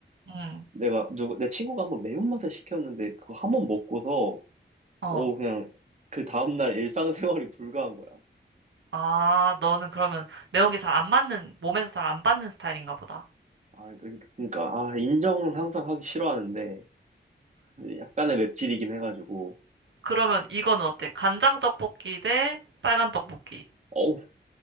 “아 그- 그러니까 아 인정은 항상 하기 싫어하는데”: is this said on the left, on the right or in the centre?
Right